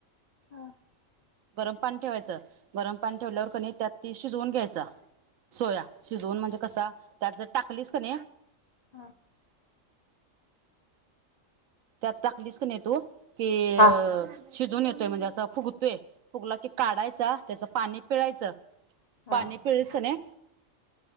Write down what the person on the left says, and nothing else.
<inaudible>
<inaudible>
हा
हा